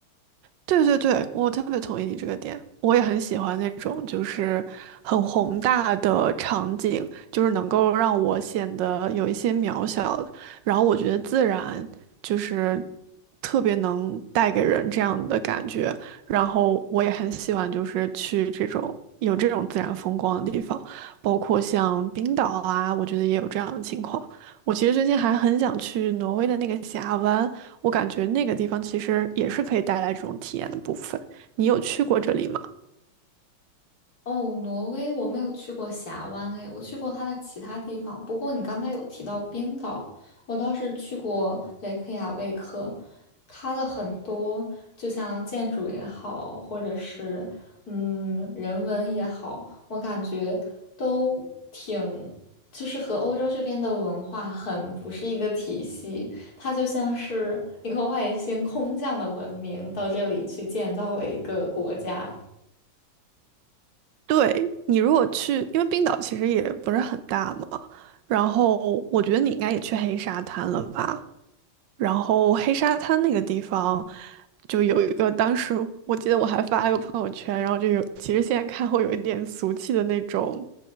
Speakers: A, on the right; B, on the left.
A: 对对对，我特别同意你这个点，我也很喜欢那种就是很宏大的场景，就是能够让我显得有一些渺小了。然后我觉得自然就是特别能带给人这样的感觉。然后我也很喜欢就是去这种有这种自然风光的地方，包括像冰岛啊，我觉得也有这样的情况。我其实最近还很想去挪威的那个峡湾。我感觉那个地方其实也是可以带来这种体验的部分。你有去过这里吗？
B: 哦，挪威我没有去过峡湾诶，我去过它的其他地方。不过你刚才有提到冰岛，我倒是去过雷克雅未克，它的很多就像建筑也好，或者是嗯人文也好，我感觉都挺就是和欧洲这边的文化很不是一个体系，它就像是一个外星空降的文明到这里去建造了一个国家。
A: 对，你如果去，因为冰岛其实也不是很大嘛，然后我觉得你应该也去黑沙滩了吧？然后黑沙滩那个地方，就有一个，当时我记得我还发了个朋友圈，然后就有，其实现在看会有一点俗气的那种